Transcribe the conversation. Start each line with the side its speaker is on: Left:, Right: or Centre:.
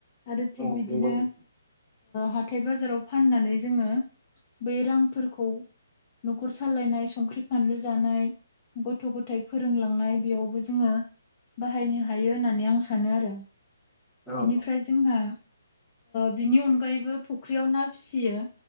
Left: आरो
Centre: नंगौ
Left: थिग बिदिनो
Centre: नंगौ
Left: हाथाय बाजाराव फाननानै जोङो बै रांफोरखौ न'खर सालायनाय संख्रि फानलु जानाय गथ' गथाइ फोरोंलांनाय बेयावबो जोङो बाहायनो हायो होननानै आं सानो आरो।
Centre: औ।
Left: बिनिफ्राय जोंहा
Centre: औ
Left: बिनि अनगायैबो फुख्रियाव ना फिसियो।